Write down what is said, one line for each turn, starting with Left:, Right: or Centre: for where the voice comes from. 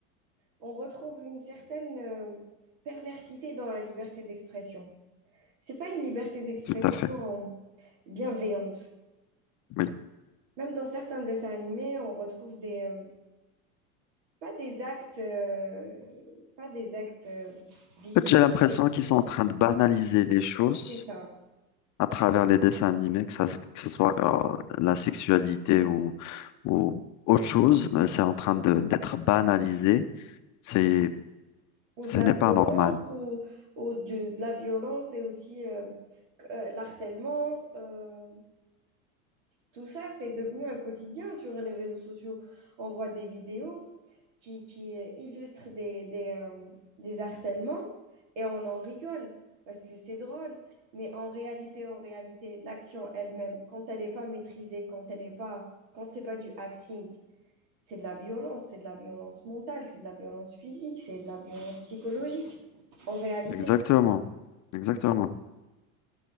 Right: on retrouve une certaine euh, perversité dans la liberté d'expression. C'est pas une liberté d'expression
Left: Tout à fait.
Right: euh, bienveillante.
Left: Oui.
Right: Même dans certains dessins animés, on retrouve des, euh, pas des actes, euh, pas des actes euh, vicieux,
Left: En fait, j'ai l'impression
Right: mais
Left: qu'ils sont en train de banaliser les choses
Right: c'est ça.
Left: à travers les dessins animés, que ça, que ce soit euh, la sexualité ou, ou autre chose, mais c'est en train de- d'être banalisé. C'est,
Right: Ou
Left: ce
Right: de la
Left: n'est pas
Right: violence,
Left: normal.
Right: ou, ou de, de la violence et aussi euh, que- euh, l'harcèlement. euh, Tout ça, c'est devenu un quotidien sur les réseaux sociaux. On voit des vidéos qui, qui euh, illustrent des, des, euh, des harcèlements et on en rigole parce que c'est drôle. Mais en réalité, en réalité, l'action elle-même, quand elle n'est pas maîtrisée, quand elle n'est pas, quand c'est pas du acting, c'est de la violence, c'est de la violence mentale, c'est de la violence physique, c'est de la violence psychologique. En réalité,
Left: Exactement. Exactement.